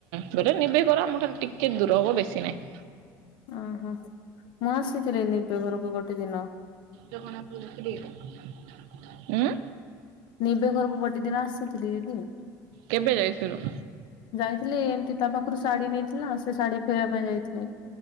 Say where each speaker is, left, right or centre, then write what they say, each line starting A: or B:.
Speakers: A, on the right; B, on the left.
A: ଗୋଟେ ନିବେ ଘର ଆମ ଠାରୁ ଟିକେ ଦୂର ହବ ବେଶୀ ନାହିଁ।
B: ଓହୋ ମୁଁ ଆସିଥିଲି ନିବେ ଘରକୁ ଗୋଟେ ଦିନ।
A: ଜଣା ପଡ଼ୁଚି କି ଉୁଁ
B: ନିବେ ଘରକୁ ଗୋଟିେ ଦିନ ଆସିଥିଲି ଦିଦି।
A: କେବେ ଯାଇଥିଲୁ?
B: ଯାଇଥିଲି ଏମିତି ତା ପାଖରୁ ଶାଢୀ ନେଇଥିଲା ନାଆ ସେ ଶାଢୀ ଫେରିବା ପାଇଁ ଯାଇଥିଲି।